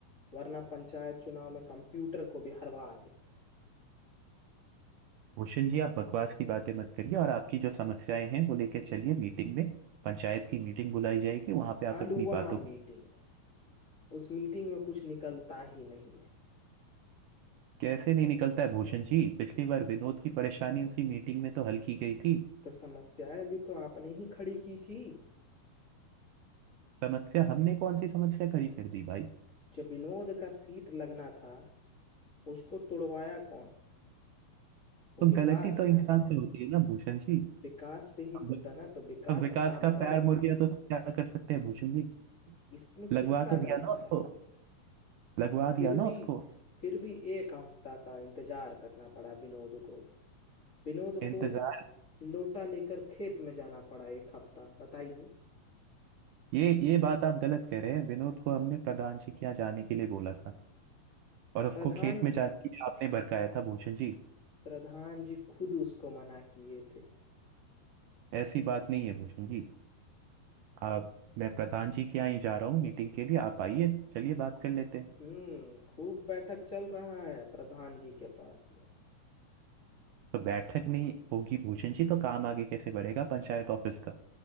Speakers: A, on the left; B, on the right.
A: वरना पंचायत चुनाव में कंप्यूटर को भी हरवा देंगे
B: भूषण जी आप बकवास की बातें मत करिए और आपकी जो समस्याएं हैं वो लेके चलिए मीटिंग में पंचायत की मीटिंग बुलाई जाएगी वहां पे आप
A: आलूवा
B: अपनी बातों को
A: मीटिंग उस मीटिंग में कुछ निकलता ही नहीं है
B: कैसे नहीं निकलता है भूषण जी पिछली बार विनोद की परेशानी उसी मीटिंग में तो हल की गई थी
A: तो समस्याएं भी तो आपने ही खड़ी की थी
B: समस्या हमने कौन सी समस्या खड़ी कर दी भाई
A: जो विनोद का सीट लगना था उसको तुड़वाया कौन वो
B: तो
A: विकास
B: गलती तो
A: ना
B: इंसान से होती है ना भूषण जी
A: विकास से ही
B: हम
A: टूटा ना तो विकास
B: अब विकास
A: आपका
B: का पैर मुड़ गया तो उसको क्या कर सकते हैं भूषण जी
A: इसमें
B: लगवा
A: किसका
B: तो दिया
A: गलती
B: ना उसको
A: था
B: लगवा
A: फिर
B: दिया ना
A: भी
B: उसको
A: फिर भी एक हफ्ता का इंतजार करना पड़ा विनोद को विनोद
B: इंतजार
A: को लोटा लेकर खेत में जाना पड़ा एक हफ्ता बताइए
B: ये ये बात आप गलत कह रहे हैं विनोद को हमने प्रधान जी के यहाँ जाने के लिए बोला था और उसको
A: प्रधान
B: खेत
A: जी
B: में जाने के लिए आपने भड़काया था भूषण जी
A: प्रधान जी खुद उसको मना किए थे
B: ऐसी बात नहीं है भूषण जी आप मैं प्रधान जी के यहाँ ही जा रहा हूँ मीटिंग के लिए आप आइए चलिए बात कर लेते हैं
A: हम्म खूब बैठक चल रहा है प्रधान जी के पास में
B: तो बैठक नहीं होगी भूषण जी तो काम आगे कैसे बढ़ेगा पंचायत ऑफिस का